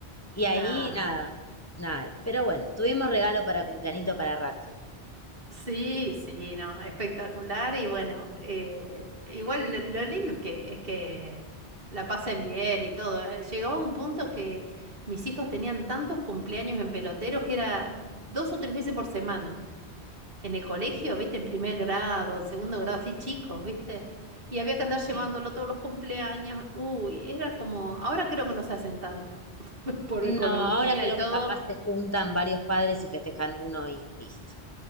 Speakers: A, on the left (about 15°); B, on the right (about 60°).
A: Y ahí
B: claro.
A: nada, nada. Pero bueno, tuvimos regalo para cumpleañito para rato.
B: Sí, sí, no, espectacular y bueno, eh, igual lo, lo lindo es que es que la pasen bien y todo. Eh, Llegaba un punto que mis hijos tenían tantos cumpleaños en peloteros que era dos o tres veces por semana en el colegio, viste, en primer grado, en segundo grado, así chicos, viste, y había que andar llevándolo
A: Sí.
B: todos los cumpleaños. Uy, era como, ahora creo que no se hacen tanto <laughs> por economía
A: No, ahora creo
B: y todo.
A: que capaz se juntan varios padres y festejan uno y listo.